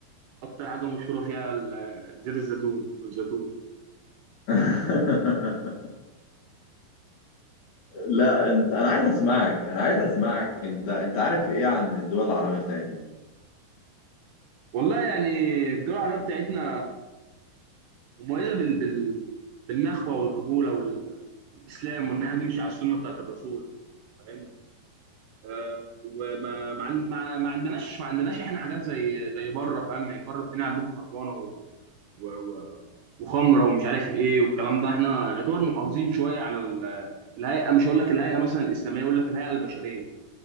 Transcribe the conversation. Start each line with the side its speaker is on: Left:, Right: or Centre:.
Right: اكتر حاجه مشهوره فيها ال- زيت الزيتون والزيتون
Left: <laughs> لا أنت أنا عايز أسمعك أنا عايز أسمعك أنت أنت عارف إيه عن الدول العربية بتاعتنا؟
Right: والله يعني الدول العربيه بتاعتنا مميزه بال... بال... بالنخوه والرجوله والاسلام وان احنا نمشي على السنه بتاعت الرسول فاهم آه وما ما, عن... ما... ما عندناش ما عندناش احنا حاجات زي زي بره فاهم يعني بره الدنيا عندهم خربانه و... و... و... وخمره ومش عارف ايه والكلام ده احنا يعتبر محافظين شويه على ال- الهيئه مش هقول لك الهيئه مثلا الاسلاميه اقول لك الهيئه البشريه